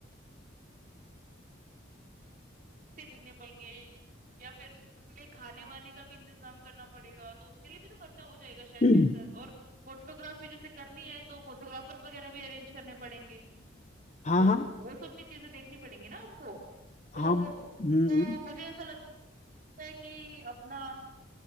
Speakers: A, on the right; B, on the left.
A: देखने पाएँगे या फिर उनके लिए खाने-वाने का भी इंतज़ाम करना पड़ेगा, तो उसके लिए भी तो खर्चा हो जाएगा शायद
B: <clears throat>
A: मेरे साथ और फ़ोटोग्राफ़ी जैसे करनी है तो फ़ोटोग्राफ़र्स वग़ैरह भी अरेंज करने पड़ेंगे,
B: हाँ
A: तो
B: हाँ
A: वो सब भी चीज़ें देखनी पड़ेंगी ना हमको।
B: हाँ
A: तो
B: हम्म
A: तो
B: हम्म
A: मुझे ऐसा लगता है कि अपना